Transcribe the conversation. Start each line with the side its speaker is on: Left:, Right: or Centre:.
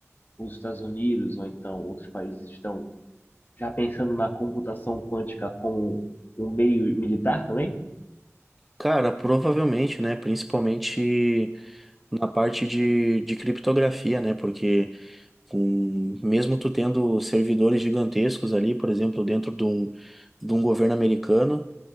Left: os Estados Unidos ou então outros países estão já pensando na computação quântica como um meio militar também?
Centre: Cara, provavelmente, né, principalmente na parte de, de criptografia, né, porque com, mesmo tu tendo servidores gigantescos ali, por exemplo, dentro de um, de um governo americano,